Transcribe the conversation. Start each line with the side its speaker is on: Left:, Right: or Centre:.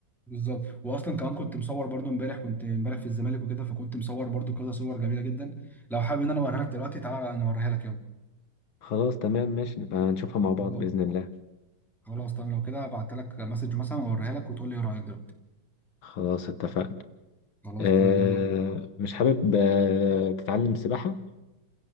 Centre: بالظبط واصلا كمان كنت مصور برضو امبارح كنت امبارح في الزمالك وكده فكنت مصور برضو كذا صور جميله جدا لو حابب ان انا اوريها لك دلوقتي تعالى نوريها لك
Left: خلاص تمام ماشي نبقى هنشوفها مع بعض
Centre: يلا
Left: باذن الله
Centre: خلاص تمام لو كده بعت لك مسج مثلا واوريها لك وتقول لي ايه رايك دلوقتي
Left: خلاص اتفقنا
Centre: خلاص
Left: أه
Centre: تمام يلا بينا
Left: مش حابب أه تتعلم سباحه